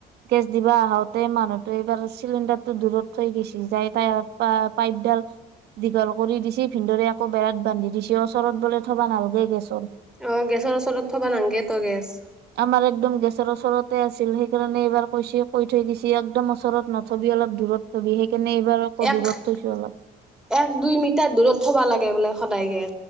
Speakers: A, on the right (about 75°); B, in the centre.
A: গেছ দিবা আহোতে মানুহ ত' এইবাৰ চিলিণ্ডাৰটো দূৰত থৈ গেচি যাই তা পা পাইপডাল দীঘল কৰি দিছি ভিনদৰে আকৌ বেৰাত বান্ধি দিছে ওচৰত বোলে থবা নালগে গেছ <inaudible>
B: অ গেছৰ ওচৰত থবা নালগে তই গেছ
A: আমাৰ একদম গেছৰ অচৰত তে আছিল সেইকাৰণে এইবাৰ কৈছি কৈ থৈ গেছি একদম ওচৰত নথবি অলপ দূৰত থবি সেইকাৰণে এইবাৰ আকৌ
B: এক-
A: দূৰত
B: এক,
A: থৈছো অলপ
B: দুই মিটাৰ দূৰত থবা লাগে বোলে সদায় গে